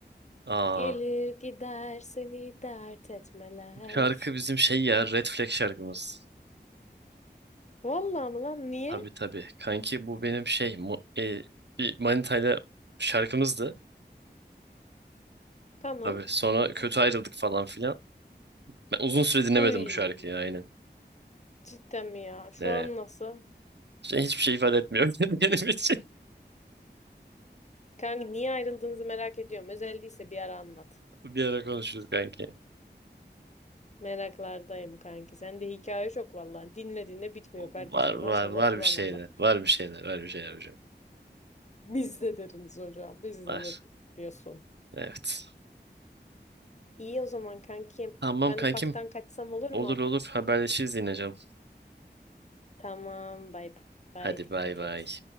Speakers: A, on the right; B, on the left.
A: Aa,
B: gelir gider seni dert etmeler
A: bu şarkı bizim şey ya Red Flag şarkımız.
B: valla mı lan niye
A: Tabii tabii. Kanki bu benim şey mu- e, bir Manita'yla şarkımızdı.
B: tamam
A: Tabii sonra kötü ayrıldık falan filan. Ben uzun süre dinlemedim
B: uy
A: bu şarkıyı aynen.
B: cidden mi ya şu
A: Ee,
B: an nasıl
A: şey, hiçbir şey ifade etmiyor <laughs> benim için.
B: kanki niye ayrıldığınızı merak ediyorum özel değilse bir ara anlat
A: Bir ara konuşuruz kanki.
B: meraklardayım kanki sende hikaye çok valla dinlediğinde bitmiyor kardeşim
A: Var var
B: maşallah
A: var
B: subhanallah
A: bir şeyler. Var bir şeyler. Var bir şeyler hocam.
B: biz de deriniz hocam biz
A: Var.
B: de deriniz diyorsun.
A: Evet.
B: İyi o zaman kankim.
A: Tamam
B: Ben
A: kankim.
B: ufaktan kaçsam olur
A: Olur
B: mu?
A: olur haberleşiriz yine canım.
B: Tamam, bay bay.
A: Hadi
B: Dikkat
A: bay bay.
B: et.